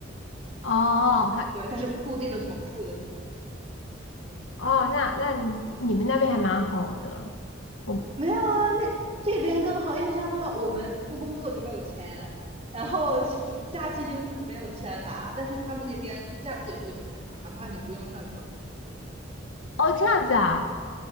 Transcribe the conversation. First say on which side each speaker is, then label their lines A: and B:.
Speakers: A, on the left; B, on the right.
A: <laughs> 哦，还
B: 对，它是固定的总数的金额
A: 哦，那那你你们那边还蛮好的，我
B: 没有啊，那这边更好，因为这样的话，我们不工作就没有钱，然后暑假期就是没有钱拿，但是他们那边就是假期也是有钱拿，哪怕你不用上课。
A: 哦这样子啊。